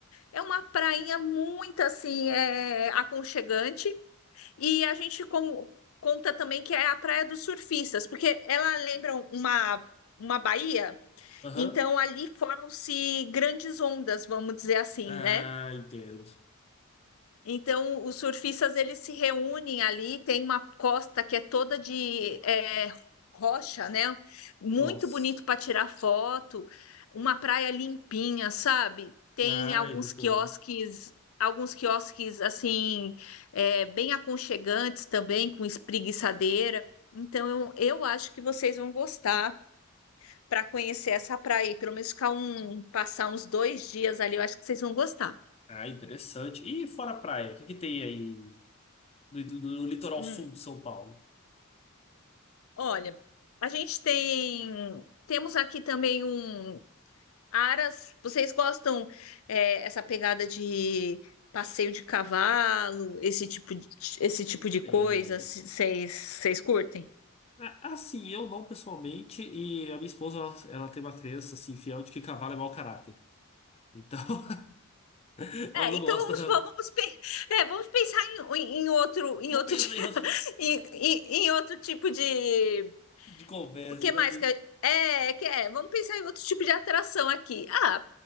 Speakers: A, on the left; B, on the left.
A: É uma prainha muito assim, é, aconchegante. E a gente com- conta também que é a praia dos surfistas, porque ela lembra um, uma, uma baía,
B: Aham.
A: então ali formam-se grandes ondas, vamos dizer assim,
B: Ah,
A: né?
B: entendo.
A: Então, os surfistas eles se reúnem ali, tem uma costa que é toda de é, rocha, né? Muito
B: Nossa.
A: bonito para tirar foto, uma praia limpinha, sabe? Tem
B: Ah,
A: alguns
B: é muito
A: quiosques,
B: bom.
A: alguns quiosques assim, é, bem aconchegantes também, com espreguiçadeira. Então, eu, eu acho que vocês vão gostar para conhecer essa praia, e pelo menos ficar um, passar uns dois dias ali, eu acho que vocês vão gostar.
B: Ah, interessante. E fora a praia, o que que tem aí no, no litoral
A: Hum.
B: sul de São Paulo?
A: Olha, a gente tem. Temos aqui também um. Aras, vocês gostam é, essa pegada de passeio de cavalo, esse tipo de, esse tipo de coisa?
B: É,
A: c- Vocês vocês curtem?
B: a- assim, eu não pessoalmente, e a minha esposa, ela, ela tem uma crença, assim, fiel de que cavalo é mau caráter. Então, <laughs> ela
A: É,
B: não
A: então
B: gosta,
A: vamos, vamos, pe- é, vamos pensar em, em- em outro, em
B: não
A: outro,
B: pensa
A: ti- <laughs>
B: em
A: em, em- em outro tipo de.
B: <laughs> de conversa,
A: O que
B: né?
A: mais que é, é, que é? Vamos pensar em outro tipo de atração aqui. Ah,